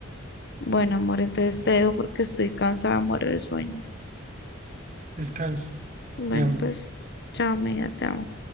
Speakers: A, on the left; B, on the right.
A: Bueno, amor, entonces te dejo porque estoy cansada, muero de sueño.
B: descansa
A: Bueno,
B: Te amo.
A: pues, chao, amiga, te amo.